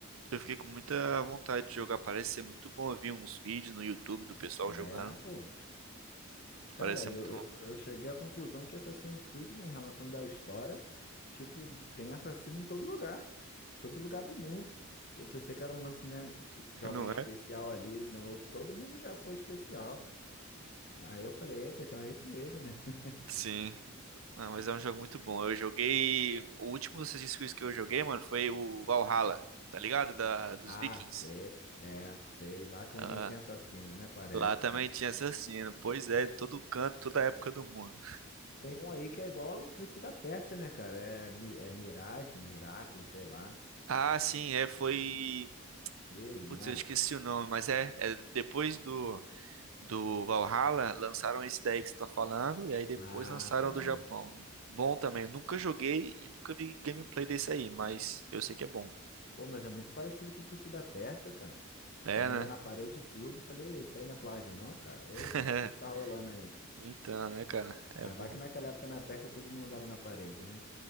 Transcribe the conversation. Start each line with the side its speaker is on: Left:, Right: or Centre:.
Right: eu fiquei com muita vontade de jogar. Parece ser muito bom. Eu vi uns vídeos no YouTube do pessoal
Left: É,
Right: jogando.
Left: pô. Cara,
Right: Parece ser
Left: eu,
Right: muito bom.
Left: eu, eu cheguei à conclusão que Assassin's Creed, né, em relação da história, tipo, tem assassino em todo lugar. Em Todo lugar do mundo. Eu pensei que era um lance, né, de
Right: Não
Left: alguém especial
Right: é?
Left: ali. Não, todo mundo já foi especial. Aí eu falei, eita, então é isso mesmo, né? <laughs>
Right: Sim. Ah, mas é um jogo muito bom. Eu joguei. O último dos Assassin's Creed que eu joguei, mano, foi o Valhalla, tá ligado? Da... Dos
Left: Ah,
Right: Vikings.
Left: sei, é, sei. Lá também
Right: Ah,
Left: tinha assassino, né? Parece.
Right: lá também tinha assassino. Pois é, em todo canto, toda época do mundo.
Left: Tem um aí que é igual o Príncipe da Pérsia, né, cara? É, Mi- é Mirage, Miraculo, sei lá.
Right: Ah, sim, é, foi.
Left: Daí,
Right: Putz,
Left: não é?
Right: eu esqueci o nome, mas é, é depois do, do Valhalla, lançaram esse daí que você tá falando, e aí depois
Left: Ah,
Right: lançaram
Left: tá.
Right: o do Japão. Bom também, nunca joguei e nunca vi gameplay desse aí, mas eu sei que é bom.
Left: Pô, mas é muito parecido com o príncipe da Pérsia, cara.
Right: É,
Left: Ele
Right: né?
Left: anda na parede e tudo. Falei, isso aí não é plágio, não, cara.
Right: <laughs>
Left: Eita, o que que tá rolando aí?
Right: Então, né, cara? É
Left: Mas
Right: bom.
Left: vai que naquela época na Pérsia todo mundo andava na parede, né?